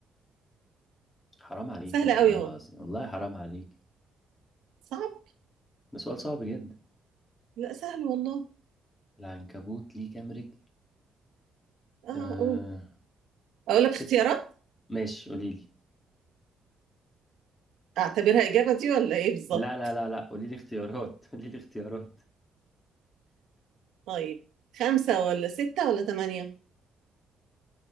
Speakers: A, on the left; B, on the right.
A: حرام عليكي
B: سهلة
A: والله
B: قوي اهو
A: العظيم والله حرام عليكي
B: صعب
A: ده سؤال صعب جدا
B: لا سهل والله
A: العنكبوت ليه كام رجل
B: اه
A: أه...
B: اقول اقول لك
A: ست
B: اختيارات
A: ماشي قولي لي
B: اعتبرها اجابة دي ولا ايه بالظبط
A: لا لا لا لا قولي لي اختيارات <laughs> قولي لي اختيارات
B: طيب خمسة ولا ستة ولا تمانية